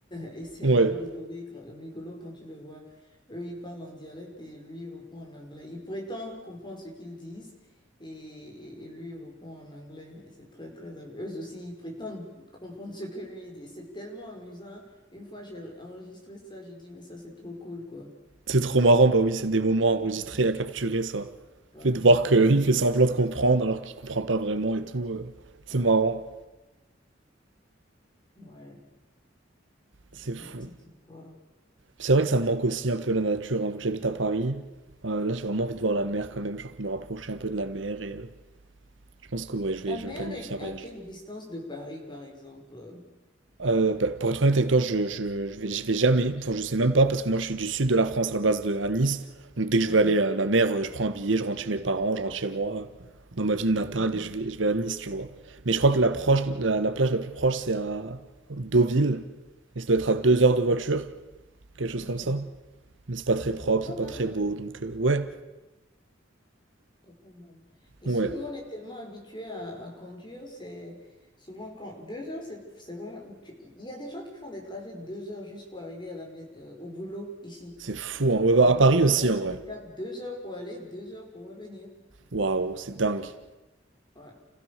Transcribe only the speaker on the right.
Ouais,
c'est trop marrant, bah oui, c'est des moments
à enregistrer, à capturer ça.
Fait de voir
qu'il
<laughs> fait semblant de comprendre alors qu'il comprend pas vraiment et tout, euh, c'est
marrant,
c'est
fou.
C'est vrai que ça me manque aussi un peu la nature, hein, vu que j'habite à Paris. Euh, là, j'ai vraiment envie de voir la mer quand même, genre me rapprocher un peu de la mer et euh, je pense que ouais, je vais,
je vais me planifier
un voyage.
Euh, bah, pour être honnête avec toi, je, je, je vais, j'y vais jamais, enfin je sais même pas parce que moi je suis du sud de la France à la base de à Nice. Donc dès que
je veux aller à la mer, euh, je prends un billet, je rentre chez mes parents, je rentre chez moi, euh, dans ma ville
natale et je vais, je vais à Nice, tu vois. Mais je crois que la, proche, la, la plage la plus proche c'est à Deauville et ça doit être à deux heures de voiture, quelque chose
comme ça. Mais c'est pas très
propre,
c'est pas
très
beau, donc euh, ouais.
Ouais,
c'est fou. hein. Ouais,
bah, à Paris
aussi, en
vrai.
Waouh, c'est dingue.